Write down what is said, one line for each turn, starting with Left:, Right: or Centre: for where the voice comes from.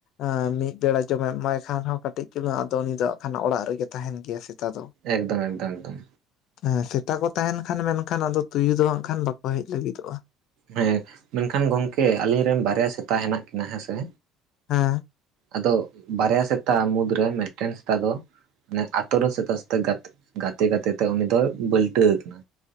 Left: ᱟᱹᱻ ᱢᱤᱫ ᱵᱮᱲᱟ ᱡᱚᱢᱮᱢ ᱮᱢᱟᱭ ᱠᱷᱟᱱ ᱦᱚᱸ ᱠᱟᱹᱴᱤᱡ ᱪᱩᱞᱩᱝ ᱟᱫᱚ ᱩᱱᱤᱫ ᱫᱚ ᱦᱟᱸᱜ ᱠᱷᱟᱱ ᱚᱲᱟᱜ ᱨᱮᱜᱮ ᱛᱟᱸᱦᱮᱱ ᱜᱮᱭᱟ ᱥᱮᱛᱟ ᱫᱚ᱾
Right: ᱮᱠᱫᱚᱢ ᱮᱠᱫᱚᱢ ᱮᱠᱫᱚᱢ᱾
Left: ᱦᱮᱸ ᱥᱮᱛᱟ ᱠᱚ ᱛᱟᱸᱦᱮᱱ ᱠᱷᱟᱱ ᱢᱮᱱᱠᱷᱟᱱ ᱟᱫᱚ ᱛᱩᱭᱩ ᱫᱚ ᱦᱟᱸᱜ ᱠᱷᱟᱱ ᱵᱟᱠᱚ ᱦᱮᱡ ᱞᱟᱹᱜᱤᱫᱚᱜ-ᱟ᱾
Right: ᱦᱮᱸ ᱢᱮᱱᱠᱷᱟᱱ ᱜᱚᱝᱠᱮ ᱟᱞᱤᱧ ᱨᱮᱱ ᱵᱟᱨᱭᱟ ᱥᱮᱛᱟ ᱦᱮᱱᱟᱜ ᱠᱤᱱᱟ ᱦᱮᱸᱥᱮ
Left: ᱦᱮᱸ
Right: ᱟᱫᱚ ᱵᱟᱨᱭᱟ ᱥᱮᱛᱟ ᱢᱩᱫᱽᱨᱮ ᱢᱤᱫᱴᱮᱱ ᱥᱮᱛᱟ ᱫᱚ ᱢᱟᱱᱮ ᱟᱛᱳ ᱨᱮᱱ ᱥᱮᱛᱟ ᱥᱟᱶ ᱜᱟᱛᱮ ᱜᱟᱛᱮ ᱛᱮ ᱩᱱᱤ ᱫᱚᱭ ᱵᱟᱹᱞᱴᱟᱹ ᱠᱟᱱᱟ᱾